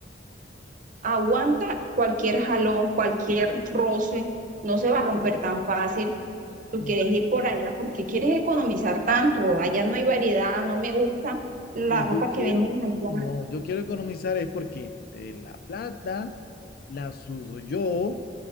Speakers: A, on the right; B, on the left.
A: aguanta cualquier jalón, cualquier roce, no se va a romper tan fácil. Tú
B: Mm.
A: quieres ir por allá porque quieres economizar tanto, allá no hay variedad, no me gusta la
B: Pues
A: ropa
B: yo quiero,
A: que venden allá,
B: no, yo quiero economizar es porque eh, la plata la sudo yo,